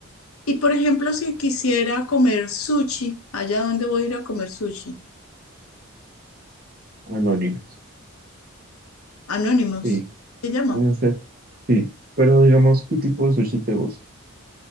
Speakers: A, on the left; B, on the right.
A: Y por ejemplo, si quisiera comer sushi, ¿allá dónde voy a ir a comer sushi?
B: anónimos,
A: Anónimos,
B: sí,
A: ¿se llama?
B: puede ser, sí, pero digamos, ¿qué tipo de sushi te gusta?